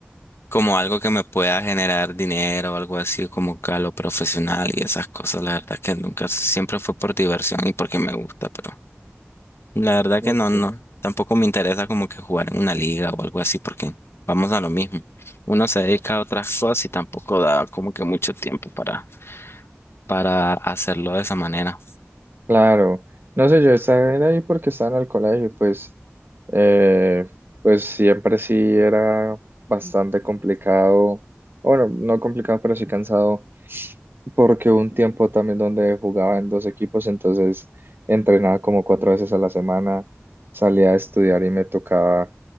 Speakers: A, on the left (about 60°); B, on the right (about 50°).
A: como algo que me pueda generar dinero, algo así como que a lo profesional y esas cosas, la verdad que nunca, siempre fue por diversión y porque me gusta, pero la verdad
B: Ok.
A: que no, no, tampoco me interesa como que jugar en una liga o algo así porque vamos a lo mismo. Uno se dedica a otras cosas y tampoco da como que mucho tiempo para, para hacerlo de esa manera.
B: Claro, no sé, yo estaba en ahí porque estaba en el colegio, pues, eh, pues siempre sí era bastante complicado, bueno, no complicado, pero sí cansado porque hubo un tiempo también donde jugaba en dos equipos, entonces entrenaba como cuatro veces a la semana, salía a estudiar y me tocaba